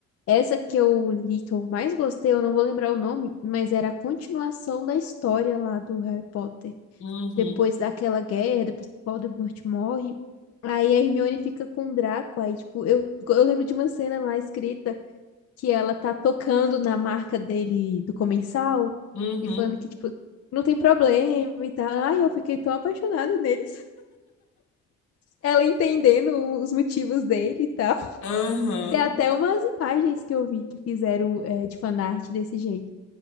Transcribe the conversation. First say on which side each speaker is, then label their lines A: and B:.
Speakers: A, on the left; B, on the left.
A: Essa que eu li, que eu mais gostei, eu não vou lembrar o nome, mas era a continuação da história lá do Harry Potter.
B: uhum,
A: Depois daquela guerra, depois que o Voldemort morre, aí a Hermione fica com o Draco, aí, tipo, eu, eu lembro de uma cena lá escrita que ela tá tocando na marca dele, do comensal,
B: uhum,
A: e falando que, tipo, não tem problema e tal. Ai, eu fiquei tão apaixonada nele ela entendendo os motivos dele e tal. <laughs>
B: uhum,
A: Tem até umas imagens que eu vi que fizeram é, de fanart desse jeito.